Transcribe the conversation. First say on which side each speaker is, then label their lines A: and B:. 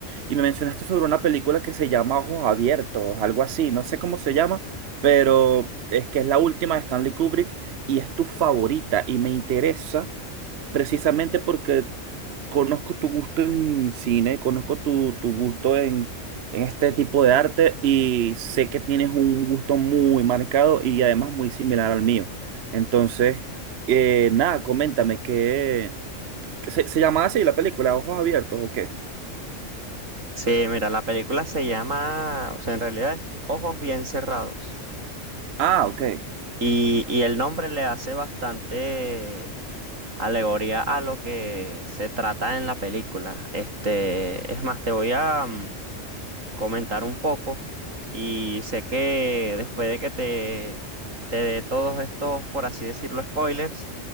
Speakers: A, on the right; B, on the right.
A: y me mencionaste sobre una película que se llama Ojos Abiertos, algo así, no sé cómo se llama, pero es que es la última de Stanley Kubrick y es tu favorita y me interesa precisamente porque conozco tu gusto en cine, conozco tu, tu gusto en, en este tipo de arte y sé que tienes un gusto muy marcado y además muy similar al mío. Entonces, eh, nada, coméntame, ¿qué, qué se, se llamaba así la película? ¿Ojos abiertos o qué?
B: Sí, mira, la película se llama, o sea, en realidad es Ojos Bien Cerrados.
A: Ah, ok.
B: Y, y el nombre le hace bastante alegoría a lo que se trata en la película. Este, es más, te voy a mm, comentar un poco. Y sé que después de que te, te dé todos estos, por así decirlo, spoilers,